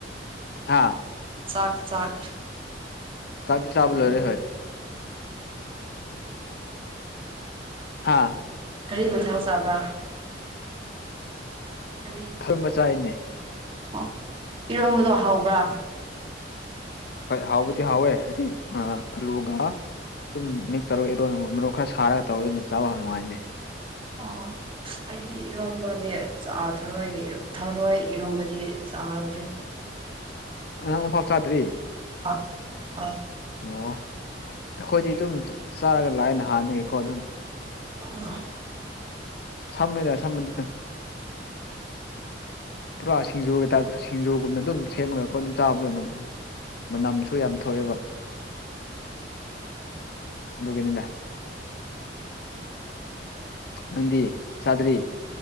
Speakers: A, on the left (about 60°); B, on the right (about 30°).
A: ꯍꯥꯥ
B: ꯆꯥꯛ ꯆꯥꯛ
A: ꯆꯗꯤꯤ ꯆꯥꯕ ꯂꯣꯏꯔꯦ ꯍꯣꯏ
B: ꯀ
A: ꯍꯥꯥ
B: ꯀꯔꯤ ꯃꯊꯊꯧ ꯆꯥꯕ꯭ꯔꯥ ꯀꯩ
A: ꯊꯪ ꯃꯆꯥꯥꯏꯅꯦ
B: ꯑꯣ ꯏꯔꯣꯝꯕꯗꯣ ꯍꯕ꯭ꯔꯥ
A: ꯍꯥꯎ ꯍꯥꯎ ꯍꯥꯏꯗꯤ ꯑꯜꯂꯨꯒ ꯑꯗꯨꯝ ꯃꯤꯛꯁ ꯇꯧꯔꯒ ꯏꯔꯣꯟ ꯃꯔꯣꯔꯣꯛ ꯈꯔ ꯁꯥꯔꯒ ꯇꯧꯔꯒ ꯑꯗꯨꯝ ꯆꯥꯕ ꯐ ꯅꯨꯡꯉꯥꯏꯅꯦ
B: ꯑ ꯑꯩꯗꯤ ꯏꯔꯣꯝꯕꯗꯤ ꯊꯔꯣꯏ ꯊꯥꯔꯣꯏ ꯏꯔꯣꯝꯕꯗꯤ ꯆꯥꯗ꯭ꯔꯦ
A: ꯑꯉꯥꯡ ꯑꯃꯐꯥꯎ ꯆꯥꯗ꯭ꯔꯤ
B: ꯑ ꯍ
A: ꯑꯣ ꯑꯩꯈꯣꯏꯗꯤ ꯑꯗꯨꯝ ꯆꯥꯔꯒ ꯂꯥꯛꯅ ꯍꯥꯟꯅꯉꯀꯣ ꯑꯗꯨꯝ
B: ꯎꯝ
A: ꯁꯝꯃꯦꯗ ꯁꯗꯤꯗ ꯄꯨꯔꯥ ꯁꯤꯡꯖꯨ ꯀꯩꯇꯥ ꯁꯤꯡꯖꯨꯒꯨꯝꯅ ꯑꯗꯨꯝ ꯁꯦꯝꯈ꯭ꯔꯀꯣ ꯑꯗꯨꯝ ꯆꯥꯕꯗꯣ ꯑꯗꯨꯝ ꯃꯅꯝꯁꯨ ꯌꯥꯝ ꯊꯣꯛꯑꯦꯕ ꯗꯨꯕꯤꯅꯤꯗ ꯅꯗꯤ ꯆꯗ꯭ꯔꯤ